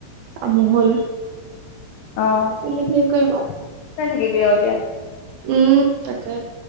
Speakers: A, on the right; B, on the left.
A: আম হল <unintelligible>
B: অঁ
A: কৰিম
B: <inaudible>
A: আৰু
B: চাই থাকিবি আৰু এতিয়া <unintelligible>
A: উম তাকে <unintelligible>